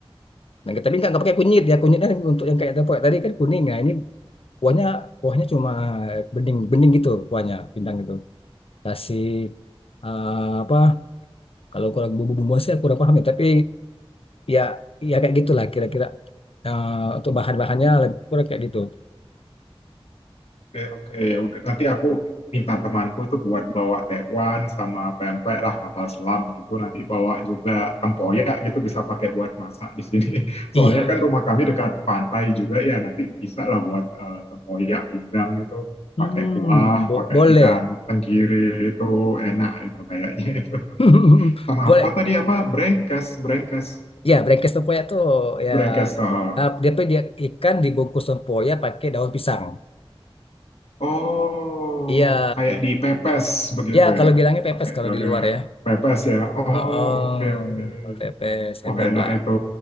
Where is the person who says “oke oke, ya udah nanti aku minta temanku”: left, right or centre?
Left